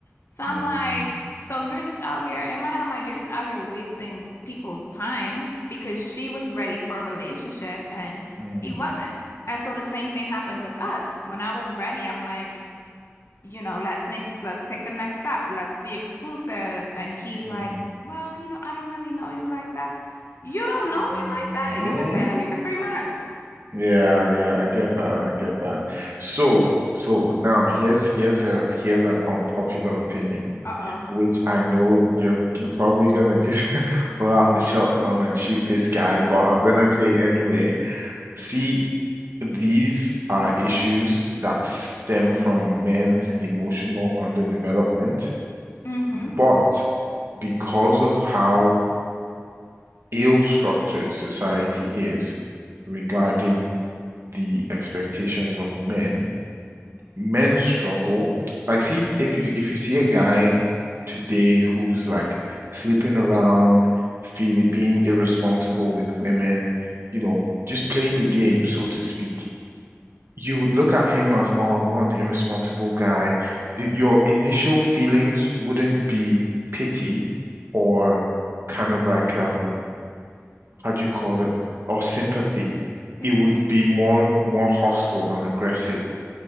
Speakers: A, on the left (about 60°); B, on the right (about 55°).
A: So I'm
B: mm,
A: like, so you're just out here, in my head, I'm like, you're just out here wasting people's time because she was ready for a relationship and
B: mm,
A: he wasn't. And so the same thing happened with us. When I was ready, I'm like, you know, let's nick, let's take the next step. Let's be exclusive. And he's
B: mm,
A: like, well, you know, I don't really know you like that. You don't
B: mm.
A: know me like that. You've been dating me for three months.
B: Yeah, yeah, I get that. I get that. So, so now here's here's a here's an unpopular opinion,
A: Uh-oh.
B: which I know you're you're probably gonna just <laughs> pull out the shotgun and shoot this guy, but I'm gonna say anyway. See, these are issues that stem from men's emotional underdevelopment.
A: Mm-hmm.
B: But because of how ill-structured society is regarding the expectations of men, men struggle. Like, see if, if you if you see a guy today who's like sleeping around, feeling being irresponsible with women, you know, just playing the game, so to speak you would look at him as, oh, one irresponsible guy. The, your initial feelings wouldn't be pity or kind of like, um, how do you call it? Or sympathy.
A: Mm-hmm.
B: It would be more more hostile and aggressive.